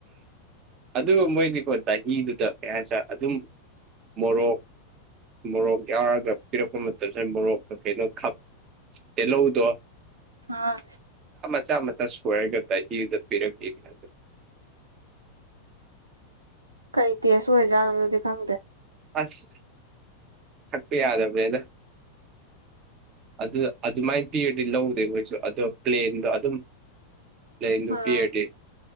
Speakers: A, on the right; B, on the right.
A: ꯑꯗꯨꯒ ꯃꯣꯏꯒꯤꯀꯣ ꯆꯍꯤꯗꯨꯗ ꯀꯌꯥꯁ ꯑꯗꯨꯝ ꯃꯣꯔꯣꯛ ꯃꯣꯔꯣꯛ ꯌꯥꯎꯔꯒ ꯄꯤꯔꯛꯄ ꯃꯇꯝꯁꯤꯗ ꯃꯣꯔꯣꯛꯀ ꯀꯩꯅꯣꯥꯞ ꯇꯤꯍꯧꯗꯣ
B: ꯑꯥ
A: ꯃꯆꯥ ꯃꯆꯥ ꯁꯣꯏꯔꯒ ꯇꯗ ꯄꯤꯔꯛꯄꯤꯒꯗ
B: ꯀꯩ ꯇꯦꯁ ꯑꯣꯏꯖꯥꯠꯅꯣ ꯑꯗꯨꯗꯤ ꯈꯪꯗꯦ
A: ꯑꯁ ꯊꯛꯄ ꯌꯥꯗꯕꯅꯦꯅ ꯑꯗꯨ ꯑꯗꯨꯃꯥꯏꯅ ꯄꯤꯔꯗꯤ ꯂꯧꯗꯦ ꯃꯣꯏꯁꯨ ꯑꯗꯣ ꯄ꯭ꯂꯦꯟꯗꯣ ꯑꯗꯨꯝ ꯂꯩ ꯅꯨꯄꯤꯤ
B: ꯑꯥ
A: ꯑꯦ